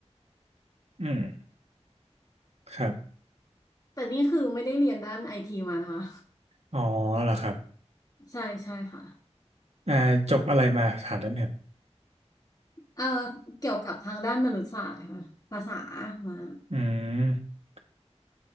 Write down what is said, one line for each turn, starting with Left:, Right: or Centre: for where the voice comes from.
Right: <laughs> อืมครับ
Left: แต่นี่คือไม่ได้เรียนด้านไอทีมานะคะ
Right: อ๋อเหรอครับ
Left: <laughs> ใช่ใช่ค่ะ
Right: อ่าจบอะไรมาถามได้ไหมครับ
Left: เอ่อเกี่ยวกับทางด้านมนุษยศาสตร์ค่ะภาษามา
Right: อืม